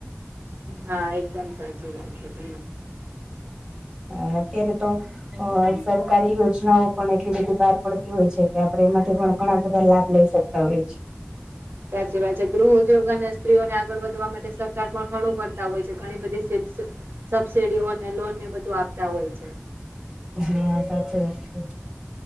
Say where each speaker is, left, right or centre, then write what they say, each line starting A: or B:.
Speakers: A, on the right (about 60°); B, on the right (about 20°).
A: હા એકદમ સાચી વાત છે ત
B: હ અત્ય્યારે તો અ સરકારી યોજનાઓ પણ એટલી બધી બહાર પડતી હોય છે કે આપડે એમાંથી પણ ઘણા બધા લાભ લઈ શકીએ ત એ છે
A: સાચી વાત છે ગૃહ ઉદ્યોગ અને સ્ત્રીઓને આગળ વધવા માટે સરકાર પણ ઘણું કરતા હોય છે ઘણી બધી સબસીિડીઓ અને લોનને બધું આપતા હોય છે
B: હા સાચી વાત છે